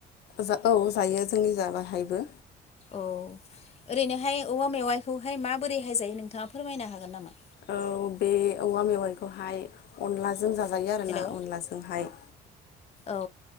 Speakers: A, on the left; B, on the left.
A: जा औ जायो जोंनि ज बाहायबो।
B: औ ओरैनोहाय औवा मेवाइखौहाय माबोरैहाय जायो नोंथाङा फोरमायनो हागोन नामा?
A: औ बे औवा मेवाइखौहाय अनलाजों जा जायो आरोना
B: हेलौ
A: अनलाजोंहाय।
B: औ